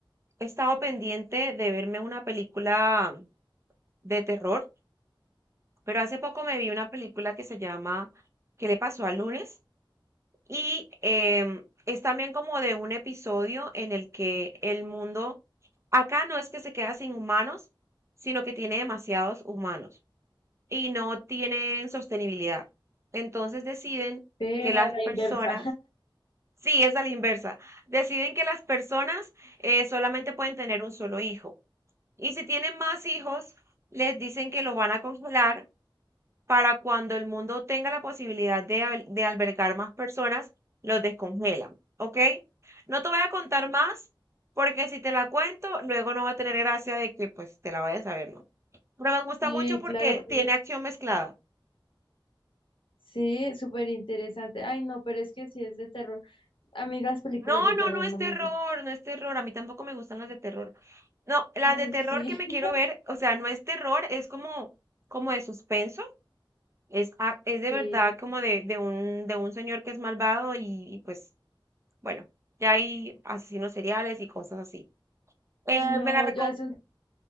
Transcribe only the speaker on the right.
he estado pendiente de verme una película de terror, pero hace poco me vi una película que se llama ¿Qué le pasó al lunes? Y em, es también como de un episodio en el que el mundo, acá no es que se queda sin humanos, sino que tiene demasiados humanos y no tienen sostenibilidad. Entonces deciden
que
las
personas,
sí, es a la inversa, deciden que las personas eh, solamente pueden tener un solo hijo. Y si tienen más hijos, les dicen que lo van a congelar para cuando el mundo tenga la posibilidad de, al- de albergar más personas, los descongelan, ¿ok? No te voy a contar más, porque si te la cuento, luego no va a tener gracia de que pues te la vayas a ver, ¿no? Pero me gusta
mucho porque
tiene acción mezclada.
No,
no,
no es
terror,
no es terror. A mí tampoco me gustan las de terror. No, las
de terror
que me
quiero ver, o sea, no es terror, es como, como de suspenso. Es, a- es
de verdad como de, de un, de un señor que es malvado y, y pues Bueno, ya hay asesinos seriales y cosas así. Eh,
¿me la recom...